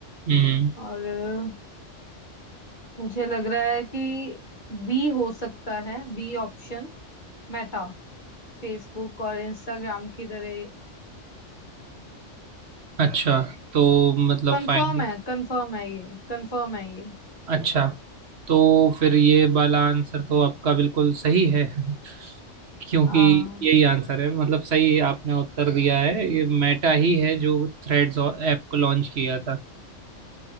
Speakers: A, on the right; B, on the left.
A: हम्म,
B: और अ, मुझे लग रहा है कि बी हो सकता है बी ऑप्शन मेटा फेसबुक और इंस्टाग्राम की तरह
A: अच्छा तो मतलब
B: कंफर्म
A: फाइनल
B: है कंफर्म है ये कंफर्म है ये
A: अच्छा तो फिर ये वाला आंसर तो आपका बिल्कुल सही है <laughs> क्योंकि
B: हाँ
A: यही आंसर है मतलब सही आपने उत्तर दिया है ये मेटा ही है जो थ्रेड्स ऐप को लॉन्च किया था